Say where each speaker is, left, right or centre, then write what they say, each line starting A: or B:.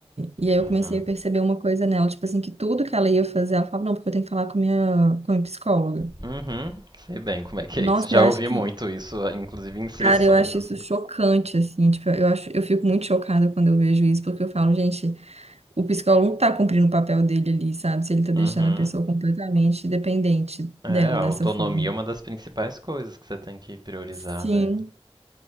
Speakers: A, on the right; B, on the right.
A: e aí eu
B: Uhum.
A: comecei a perceber uma coisa nela, tipo assim, que tudo que ela ia fazer, ela falava, não, porque eu tenho que falar com a minha, com a minha psicóloga.
B: Uhum. Sei bem como é que é
A: Nossa,
B: isso. Já
A: eu acho
B: ouvi
A: que,
B: muito isso, inclusive em sessões,
A: cara, eu acho
B: assim.
A: isso chocante, assim, tipo, eu acho, eu fico muito chocada quando eu vejo isso, porque eu falo, gente, o psicólogo não tá cumprindo o papel dele ali, sabe? Se ele tá deixando
B: Uhum.
A: a pessoa completamente dependente
B: É,
A: dela
B: a
A: dessa
B: autonomia
A: forma.
B: é uma das principais coisas que você tem que priorizar,
A: Sim.
B: né?